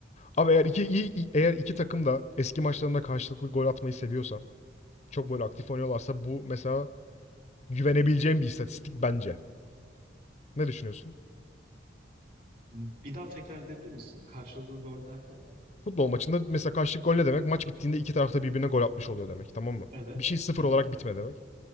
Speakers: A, on the left; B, on the right.
A: Abi eğer iki iyi iyi- eğer iki takım da eski maçlarında karşılıklı gol atmayı seviyorsa, çok böyle aktif oynuyorlarsa bu mesela güvenebileceğim bir istatistik bence. Ne düşünüyorsun?
B: Bir daha tekrar edebilir misin? Karşılıklı gol derken?
A: Futbol maçında mesela karşılık gol ne demek? Maç bittiğinde iki tarafta birbirine gol atmış oluyor demek, tamam mı?
B: Evet,
A: Bir şey sıfır
B: evet,
A: olarak bitme demek.